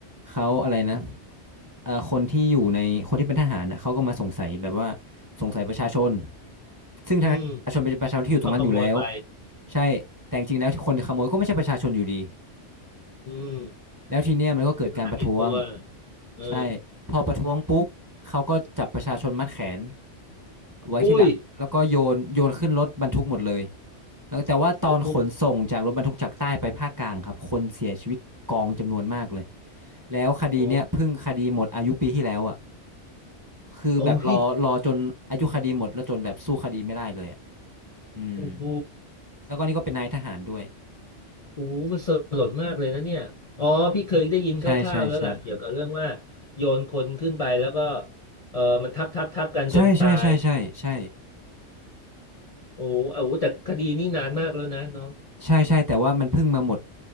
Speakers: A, on the right; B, on the left.
A: เขาอะไรนะเออคนที่อยู่ในคนที่เป็นทหารนะเขาก็มาสงสัยแบบว่าสงสัยประชาชนซึ่งทางประชาชนเป็นประชาชนที่อยู่ตรงนั้นอยู่แล้ว
B: อืมก็ขโมยไป
A: ใช่แต่จริงๆแล้วคนขโมยก็ไม่ใช่ประชาชนอยู่ดี
B: อืม
A: แล้วทีเนี้ยมันก็เกิดการประท้วง
B: หาผิดตัวเออ
A: ใช่พอประท้วงปุ๊บเขาก็จับประชาชนมัดแขน ไว้ที่หลังแล้วก็โยนโยนขึ้นรถบรรทุกหมดเลย
B: อุ้ย
A: แล้วแต่ว่าตอนขนส่งจากรถบรรทุกจากใต้ไปภาคกลางครับคนเสียชีวิตกองจำนวนมากเลย
B: โอ้โห
A: แล้วคดีเนี้ยเพิ่งคดีหมดอายุปีที่แล้วอ่ะ
B: โอ้
A: คือแบบรอรอจนอายุคดีหมดแล้วจนแบบสู้คดีไม่ได้เลยอ่ะ
B: โอ้ย
A: อืม
B: โอ้โห
A: แล้วก็นี่ก็เป็นนายทหารด้วย
B: โอ้โหมันสลดมากเลยนะเนี่ย อ๋อพี่เคยได้ยินคร่าวๆแล้วแหละเกี่ยวกับเรื่องว่าโยนคนขึ้นไปแล้วก็
A: ใช่ใช่ใช่
B: เออมันทับทับทับกันจนตาย
A: ใช่ใช่ใช่ใช่ใช่ใช
B: โอ้โหโอ้โหแต่คดีนี้นานมากแล้วนะเนาะ
A: ่ใช่แต่ว่ามันเพิ่งมาหมด